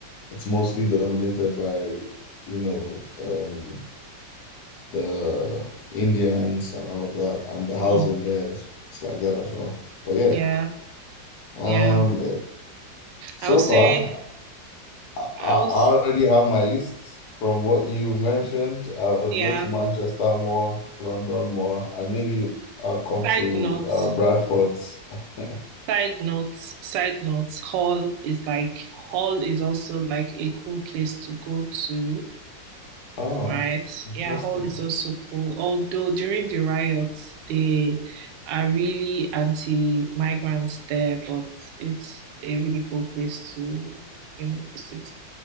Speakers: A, on the left; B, on the right.
A: it's mostly dominated by, you know, um the Indians and all of that and the housing
B: Hmm.
A: there is it's like that as well. But yeah.
B: Yeah.
A: Um,
B: Yeah.
A: so
B: I would say
A: far, I,
B: I
A: I
B: was,
A: already have my list from what you mentioned. I would
B: yeah,
A: go to Manchester more, London more, and maybe I'll come
B: side
A: to
B: note.
A: uh, Bradford. <laughs>
B: Side notes, side notes, Hull is like Hull is also like a cool place to go to,
A: Oh,
B: right?
A: interesting.
B: Yeah, Hull is also cool. Although during the riots, they are really anti-migrants there, but it's a really cool place to, you know, visit